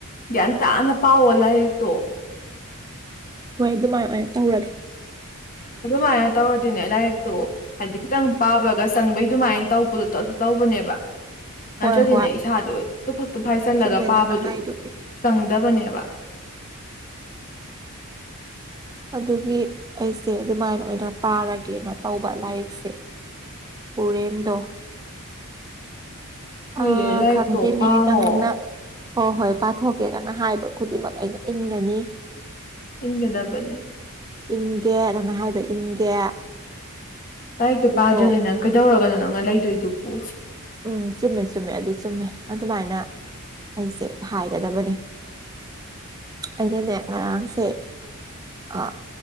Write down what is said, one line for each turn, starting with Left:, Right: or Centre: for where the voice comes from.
Left: ꯒ꯭ꯌꯥꯟ ꯇꯥꯅ ꯄꯥꯎꯑꯣ ꯂꯥꯏꯔꯤꯛ ꯇꯣ
Right: ꯍꯣꯏ ꯑꯗꯨꯃꯥꯏꯅ ꯑꯣꯢ ꯇꯧꯔꯒꯦ
Left: ꯑꯗꯨꯃꯥꯏꯅ ꯇꯧꯔꯗꯤꯅꯦ ꯂꯥꯏꯔꯤꯛꯇꯨ ꯍꯥꯏꯗꯤ ꯈꯤꯇꯪ ꯄꯥꯕꯒ ꯆꯪꯕꯩ ꯑꯗꯨꯃꯥꯏꯅ ꯇꯧꯕꯗꯣ ꯑꯗꯨ ꯇꯧꯕꯅꯦꯕ ꯅꯠꯇ꯭ꯔꯗꯤꯅꯦ
Right: ꯍꯣꯏ ꯍꯣꯏ
Left: ꯏꯁꯥꯗꯣ ꯇꯨꯐꯛ ꯇꯨꯐꯥꯏ ꯆꯜꯂꯒ
Right: ꯆꯨꯝꯃꯦ
Left: ꯄꯥꯕꯗꯨ
Right: ꯅꯪꯅ ꯍꯥꯏꯗꯣ
Left: ꯆꯪꯗꯕꯅꯦꯕ
Right: ꯑꯗꯨꯒꯤ ꯑꯩꯁꯦ ꯑꯗꯨꯃꯥꯏꯅ ꯑꯣꯏꯅ ꯄꯥꯔꯒꯦꯅ ꯇꯧꯕ ꯂꯥꯏꯔꯤꯛꯁꯦ ꯎꯔꯦꯟꯗꫭ
Left: ꯍꯣꯏꯌꯦ
Right: ꯑ
Left: ꯂꯥꯏꯔꯤꯛꯇꯣ
Right: ꯈꯪꯗꯦꯅꯦ
Left: ꯄꯥꯎꯋꯣ
Right: ꯅꯪꯅ ꯍꯣ ꯍꯣꯏ ꯄꯥꯊꯣꯛꯀꯦ ꯅꯪꯅ ꯍꯥꯏꯕ ꯈꯨꯗꯤꯡꯃꯛ ꯑꯩꯅ ꯏꯟꯒꯅꯤ
Left: ꯏꯟꯒꯗꯕꯅꯤ
Right: ꯏꯟꯒꯦ ꯅꯪꯅ ꯍꯥꯏꯕ ꯏꯟꯒꯦ
Left: ꯂꯥꯏꯔꯤꯛꯇꯨ
Right: ꯑꯗꯣ
Left: ꯄꯥꯗ꯭ꯔꯗꯤ ꯅꯪ ꯀꯩꯗꯧꯔꯒꯅ ꯅꯪꯅ ꯂꯩꯗꯣꯏꯗꯨꯕꯨ
Right: ꯎꯝ ꯆꯨꯝꯃꯦ ꯆꯨꯝꯃꯦ ꯑꯗꯨ ꯆꯨꯝꯃꯦ ꯑꯗꯨꯃꯥꯏꯅ ꯑꯩꯁꯦ ꯍꯥꯏꯒꯗꯕꯅꯦ ꯑꯩꯅꯅꯦ ꯉꯔꯥꯡꯁꯦ ꯑꯥ